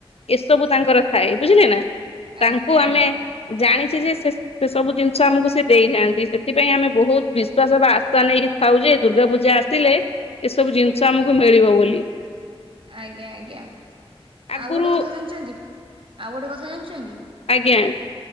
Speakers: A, on the left; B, on the right.
A: ଏସବୁ ତାଙ୍କର ଥାଏ ବୁଝିଲେନା। ତାଙ୍କୁ
B: ଆଜ୍ଞା ଆଜ୍ଞା
A: ଆମେ ଜାଣିଚିଯେ ସେ ସେସବୁ ଜିନିଷ ଆମକୁ ସେ ଦେଇଥାନ୍ତି ସେଥିପାଇଁ ଆମେ ବହୁତ୍ ବିଶ୍ଵାସବା ଆସା ନେଇକି ଥାଉଯେ ଦୁର୍ଗା ପୂଜା ଆସିଲେ ଏସବୁ ଜିନିଷ ଆମକୁ ମିଳିବ ବୋଲି।
B: ଆଜ୍ଞା ଆଜ୍ଞା
A: ଆଗରୁ
B: ଆଉ ଗୋଟେ କଥା ଜାଣିଚନ୍ତି ଆଉ ଗୋଟେ କଥା ଜାଣିଚନ୍ତି
A: ଆଜ୍ଞା।